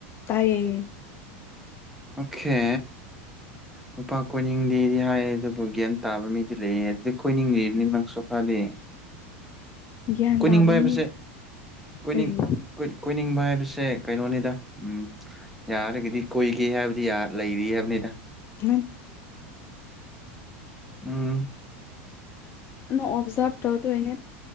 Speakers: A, on the left; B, in the centre.
A: ꯇꯥꯏꯌꯦ
B: ꯑꯣꯀꯦ ꯂꯨꯄꯥ ꯀꯣꯅꯤꯡꯤꯡꯗꯤꯗꯤ ꯍꯥꯏ ꯑꯗꯨꯕꯨ ꯒ꯭ꯌꯥꯟ ꯇꯥꯕ ꯃꯤꯗꯤ ꯂꯩꯌꯦꯦ ꯑꯗꯨ ꯀꯣꯏꯅꯤꯡꯂꯤꯕꯅꯤꯅ ꯅꯪꯁꯨꯣ ꯈ꯭ꯔꯗꯤ
A: ꯒ꯭ꯌꯥꯟ
B: ꯀꯣꯏꯅꯤꯡꯕ
A: ꯇꯥꯕ ꯃꯤ
B: ꯍꯥꯏꯕꯁꯦ ꯀꯣꯏꯅꯤꯡ
A: ꯀꯔꯤ
B: ꯀꯣꯏꯅꯤꯡꯕ ꯍꯥꯏꯕꯁꯦ ꯀꯩꯅꯣꯅꯤꯗ ꯎꯝ ꯌꯥꯔꯒꯗꯤ ꯀꯨꯏꯒꯦ ꯍꯥꯏꯕꯗꯤ ꯂꯩꯔꯤ ꯍꯥꯏꯕꯅꯤꯗ
A: <unintelligible>
B: ꯎꯝ
A: ꯅꯣ ꯑꯣꯕꯖꯔꯕ ꯇꯧꯗꯨꯅꯦ